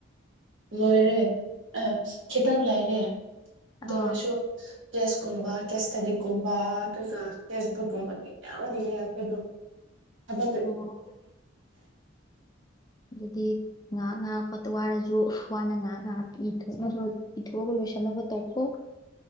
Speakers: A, on the right; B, on the left.
A: ꯂꯣꯏꯔꯦ ꯑ ꯈꯤꯇꯪ ꯂꯩꯔꯦ ꯑꯗꯨ
B: ꯑꯥ
A: ꯑꯣꯏꯔꯁꯨ ꯀꯦꯁꯀꯨꯝꯕ ꯀꯦꯁ ꯏꯁꯇꯗꯤꯒꯨꯝꯕ ꯑꯗꯨꯒ ꯀꯦꯁꯕꯨꯛꯀꯨꯝꯕꯗꯤ ꯃꯌꯥꯝ ꯂꯩꯌꯦ ꯑꯩꯈꯣꯏꯗꯣ
B: <unintelligible>
A: ꯑꯕ ꯑꯗꯨꯦ
B: ꯑꯣ ꯑꯗꯨꯗꯤ ꯉꯥꯏꯍꯥꯛ ꯉꯥꯏꯍꯥꯛꯄ ꯋꯥꯔꯁꯨ ꯋꯥꯅ ꯉꯥꯏꯍꯥꯛ ꯉꯍꯥꯛ ꯏꯅꯕ ꯏꯊꯣꯛꯑꯒ ꯂꯣꯏꯁꯟꯅꯕ ꯇꯧꯈꯣ